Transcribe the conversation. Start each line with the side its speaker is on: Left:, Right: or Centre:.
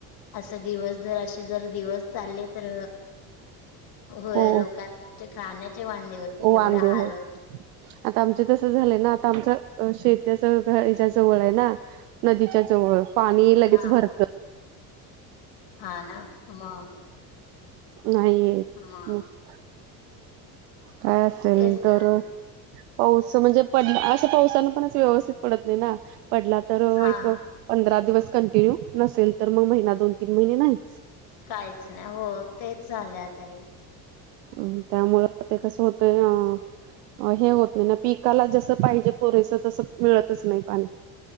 Left: असं दिवस जर अशे जर दिवस चालले तर होय
Right: हो
Left: लोकांन चे खाण्याचे वांधे होतील एवढ्या
Right: वांदे
Left: हाल
Right: हो
Left: होतील.
Right: आता आमच तसं झालंय ना आता आमचं शेतीच ह्याच्या जवळ आहे ना. नदीच्या जवळ पाणी लगेच
Left: हा
Right: भरतं.
Left: हा ना मग?
Right: नाही येत
Left: मग
Right: मस्त काय असेल
Left: तेच
Right: तर
Left: ना
Right: पाऊस म्हणजे पडला असं पावसानं पण व्यवस्थित पडत नाही ना पडला तर
Left: हा
Right: एक पंधरा दिवस कंटिन्यू नसेल तर मग महिना दोन तीन महिने नाहीच.
Left: काहीच नाही हो तेच झालय आता हे.
Right: अम त्यामुळं ते कसं होतय अ हे होत नाही ना पिकाला जसं पाहिजे पुरेसं तसं मिळतच नाही पाणी.